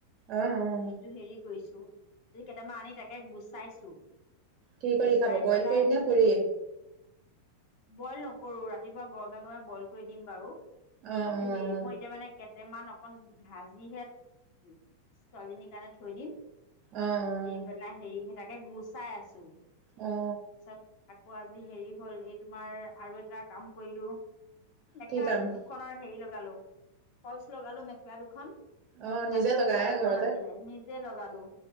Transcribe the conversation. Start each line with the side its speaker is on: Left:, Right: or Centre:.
Right: অ অ।
Left: কিন্তু হেৰি কৰিছোঁ। যদি কেইটামান আনি তাকে গুচাইছোঁ।
Right: কি কৰি
Left: গুচাই
Right: খাব বইল
Left: পেলাই
Right: কৰি নে পুৰি?
Left: বইল নকৰোঁ। ৰাতিপুৱা গৰমে গৰমে বইল কৰি দিম বাৰু। কিন্তু
Right: অ' অ'
Left: হেৰি মই এতিয়া মানে কে তে মান অকণ ভাজিহে ছোৱালীজনীৰ কাৰণে থৈ দিম।
Right: অ'
Left: দি পেলাই হেৰি হৈ থাকে। গুচাই আছোঁ।
Right: অঁ।
Left: পাছত আকৌ আজি হেৰি হ'ল। এই তোমাৰ আৰু এটা কাম কৰিলোঁ। মেখেলা
Right: কি কাম?
Left: দুখনৰ হেৰি লগালোঁ, ফলচ লগালোঁ মেখেলা দুখন।
Right: অ, নিজে
Left: পাটৰ
Right: লগাই
Left: মেখেলা দুখন
Right: ঘৰতে?
Left: আছিলে নিজে লগালোঁ।